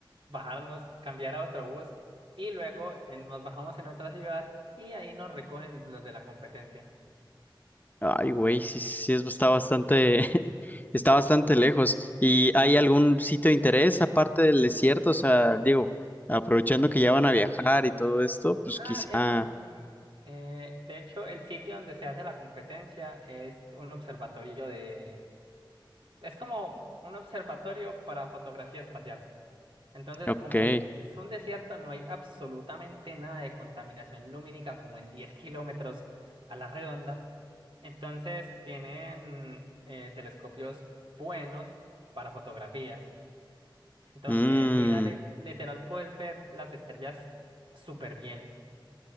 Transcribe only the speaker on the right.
bajarnos, cambiar a otro bus y luego eh, nos bajamos en otra ciudad y ahí nos recogen los de la competencia.
Ah,
epa, sí. Eh, de hecho, el sitio donde se hace la competencia es un observatorio de... Es como un observatorio para fotografía espacial. Entonces,
como es un desierto, no hay absolutamente nada de contaminación lumínica como en 10 kilómetros a la redonda. Entonces, tienen eh, telescopios buenos para fotografía. Entonces,
sí, dale, literal, puedes ver las estrellas súper bien.